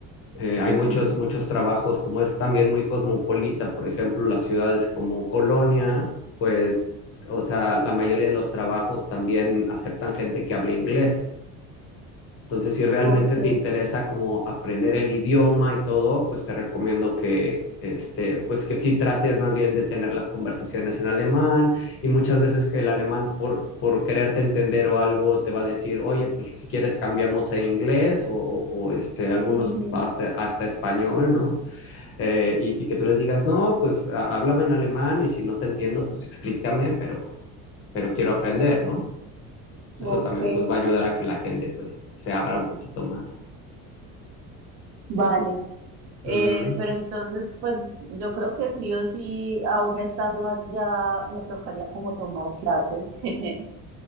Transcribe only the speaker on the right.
Ujú,
Ok,
ujú,
ok,
vale. Eh,
pero entonces, pues yo creo que sí o sí, aún estando allá, me tocaría como tomar clases. <laughs>